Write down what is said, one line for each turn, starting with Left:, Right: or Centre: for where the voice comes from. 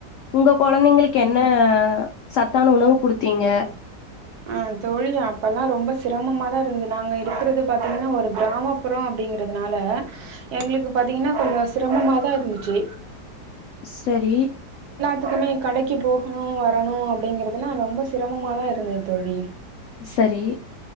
Left: உங்க கொழந்தைங்களுக்கு என்ன அ சத்தான உணவு குடுத்தீங்க?
Right: அ தோழி அப்பல்லா ரொம்ப சிரமமா தா இருந்தது நாங்க இருக்றது பாத்தீங்கன்னா ஒரு கிராமப்புறொ அப்டிங்கிறதுனால எங்ளுக்கு பாத்தீங்னா கொஞ்ச சிரமமாதா இருந்துச்சு
Left: சரி
Right: த்துக்குமே கடைக்கு போகணு வரணு அப்டிங்கிறதுலா ரொம்ப சிரமமா தா இருந்தது தோழி
Left: சரி